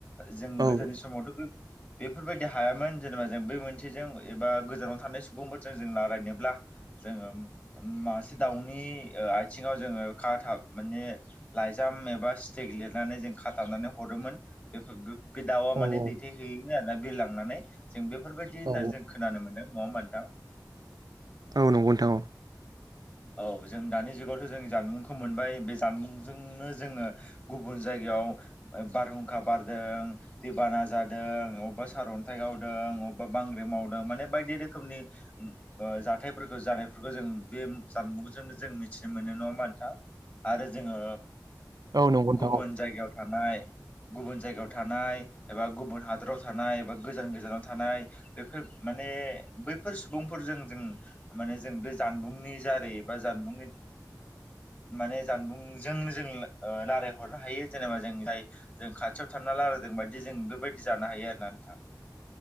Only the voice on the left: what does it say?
जों
गोदोनि समावथ' बेफोरबायदि हायामोन जेनेबा जों बे मोनसे जों एबा गोजानाव थानाय सुबुंफोरजों जों रायलायनोब्ला जोङो मासे दाउनि ओ आथिङाव जोङो खा थाब माने लाइजाम एबा सिथिग लिरनानै जों खाथाबनानै हरोमोन बे बे दाउआ
माने
दैथायहैयोमोन आरोना बिरलांनानै जों बेफोरबायदि होननानै
जों खोनानो मोनदों नङा होमबा नोंथां?
औ जों दानि जुगावथ' जों जानबुंखौ मोनबाय बे जानबुंजोंनो जोंङो गुबुन जायगायाव बारहुंखा बारदों दैबाना जादों अबेबा सारअन्थाइ गावदों बबेबा बांग्रि मावदों माने बायदि रोखोमनि ओ जाथायफोरखौ जानायफोरखौ जों बे जानबुंजोंनो जों मिथिनो मोनो नङा होमबा नोंथां आरो जोङो
गुबुन जायगायाव थानाय गुबुन जायगायाव थानाय एबा गुबुन हादराव थानाय एबा गोजान गोजानाव थानाय बेफोर बैफोर सुबुंफोरजों जों मान जों बे जानबुंनि जा बा जानबुंनि
माने जानबुंजोंनो जों रायलायहरनो हायो जेनेबा जों जाय जों खाथियाव थानना रालाय दि जों बायदि जों बेबायदि जानो हायो आरोना नोंथां।